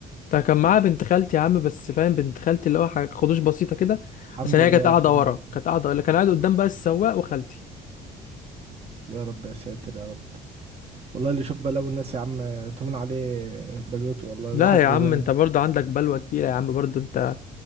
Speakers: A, on the left; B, on the right.
A: ده كان معاه بنت خالتي يا عم بس فاهم بنت خالتي اللي هو حاجة خدوش بسيطة كده
B: الحمد
A: عشان هي
B: لله
A: كانت قاعدة
B: الحمد
A: ورا
B: لله
A: كانت قاعدة اللي كان قاعد قدام بقى السواق وخالتي
B: يا رب يا ساتر يا رب والله اللي يشوف بلاوي الناس يا عم تهون عليه بلوته والله
A: لا
B: الواحد
A: يا عم
B: ده
A: انت برضه عندك بلوة كبيرة يا عم برضه انت